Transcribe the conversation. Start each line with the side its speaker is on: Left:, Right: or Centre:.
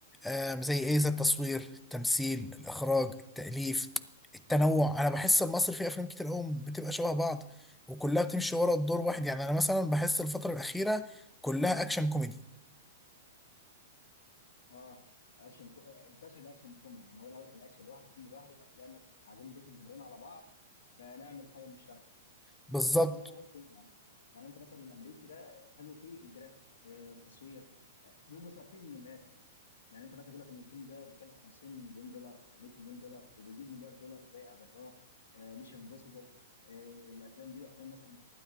Centre: آم، زي ايه زي التصوير التمثيل الاخراج التاليف التنوع انا بحس إن مصر فيه افلام كتير قوي بتبقى شبه بعض وكلها بتمشي ورا الدور واحد يعني انا مثلا بحس الفتره الاخيره كلها اكشن كوميدي
Left: اه اكشن كو... آه، انتشر الاكشن الكوميدي يعني هو الاول كان الاكشن لوحده الكوميدي لوحده بعد كده قال لك عايزين نضيف الجمهورين على بعض فنعمل حاجه مشتركه
Centre: بالظبط
Left: بس زي ما قلت انت يعني يعني انت مثلا الامريكي ده حلو فيه الجرافيك آه، التصوير بيبقوا صارفين من الاخر يعني انت مثلا بيقول لك ان الفيلم ده بيكلف 50 مليون دولار 100 مليون دولار وبيجيب مليار دولار زي افاتار ميشن امبوسيبل الافلام دي افلام مثلا